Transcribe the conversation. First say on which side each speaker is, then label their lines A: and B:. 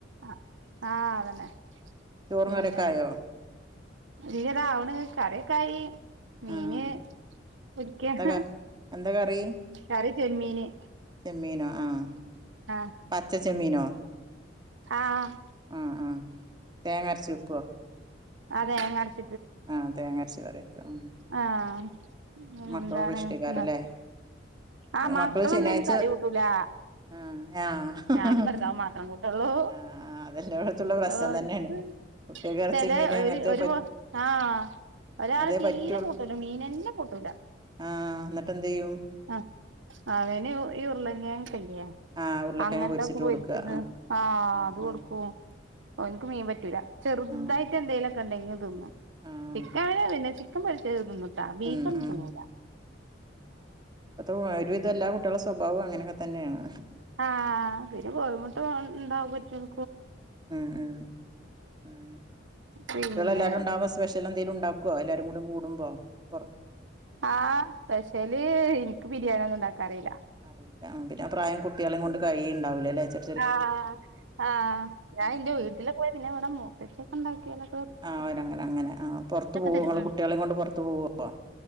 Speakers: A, on the right; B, on the right.
A: ആഹ് ആഹ് അതന്നെ
B: ചോറും
A: പിന്നെ
B: കറിയൊക്കെ ആയോ
A: ഇല്ലടാ അവനെ കറിക്കായീ മീന്
B: ആഹ്
A: <unintelligible>
B: എന്താ ക എന്താ കറി
A: കറി ചെമ്മീന്
B: ചെമ്മീനോ ആഹ്
A: ആഹ്
B: പച്ച ചെമ്മീനോ
A: ആഹ്
B: ആഹ് ആഹ് തേങ്ങര്ച്ച് വെക്കുവോ
A: അതെ <inaudible>
B: ആഹ് തേങ്ങരച്ച കറി വെക്കും ഉം
A: ആഹ് ഉം
B: മക്കക്കൊക്കെ
A: എന്താണ്
B: ഇഷ്ടേക്കാരല്ലേ
A: ങ ആഹ് മക്കളൊന്നുംയിന്
B: മക്കള് ശനിയാഴ്ച
A: കറി കൂട്ടൂലാ
B: ആഹ് ആഹ് ആഹ്
A: ഞാനും ഭർത്താവും മാത്രം കൂട്ടും ഹലോ
B: ആഹ് അതെല്ലായിടത്തുള്ള പ്രശ്നം
A: ഓര്ക്ക്
B: തന്നെയാണ് കുട്ടികൾക്ക് ഇറച്ചി
A: ചെലെ
B: മീന്
A: ഒരു
B: അങ്ങനത്തെ
A: ഒര്
B: പറ്റ
A: മാസ ആഹ് ഒരാളെ
B: അതേ
A: തീരെ
B: പറ്റുള്ളൂ
A: കൂട്ടൂല മീനെന്നെ കൂട്ടൂല
B: ആഹ് ന്നെട്ടെന്തെയ്യും
A: ആഹ് അവന് ഈ ഉരുളങ്‌കേങ് ഇല്ലിയോ
B: ആഹ് ഉരുളക്കിഴങ്ങ്
A: അങ്ങൻത്തെക്കെ
B: പൊരിച്ചിട്ട്
A: പൊരിക്ക്ന്ന്
B: കൊടുക്കുക ആഹ്
A: ആഹ്
B: ഉം
A: അത് കൊടുക്കും
B: ഉം
A: അവനിക്ക് മീൻ പറ്റൂല ചെറുതായിട്ട്
B: ഉം ആഹ്
A: എന്തെങ്കലുംക്കെണ്ടെ തിന്നും
B: ആഹ്
A: പിന്നെ അവന് ചിക്കൻ പൊരിച്ചത് തിന്നുട്ടാ ബീഫാെന്നും
B: ഉം ഉം
A: തിന്നൂലാ
B: ഇപ്പ ഒരുവിധം എല്ലാ കുട്ടികളുടെ സ്വഭാവവും അങ്ങനെയൊക്കെ തന്നെയാണ്
A: ആഹ് പിന്നേ ബദ്ധിമുട്ട് ഉണ്ടാവ പറ്റും
B: ഉം ഉം ഉം
A: പിന്നെ
B: ട്ട്യേളെല്ലാരും ണ്ടാവ്മ്പ സ്പെഷ്യലെന്തേലും ണ്ടാക്കാേ എല്ലാരും കൂടി കൂട്മ്പം പൊർ
A: ആഹ് സ്പെഷ്ല് ഇന്ക്ക് ബിര്യാണി ഒന്നും ണ്ടാക്കാൻ അറീലാ
B: അറിയൂല പിന്നെ ആ പ്രായം കുട്ടികളേം കൊണ്ട് കഴിയ്ണ്ടാവ് ലലേ ചെ
A: ആഹ് ആഹ് ഞാൻ
B: ഉം
A: എന്റെ വീട്ടിലൊ പോയ പിന്നെ ഇവിടെ മുത്തശീയൊക്കെ ഉണ്ടാക്കിയാലോ
B: ആഹ് അവിടെ അങ്ങെനെ അങ്ങെനെ ആഹ് പൊർത്ത് പോവോങ്ങള്
A: തരും ആഹ്
B: കുട്ട്യേളിം കൊണ്ട് പൊർത്ത് പോവോ പ്പം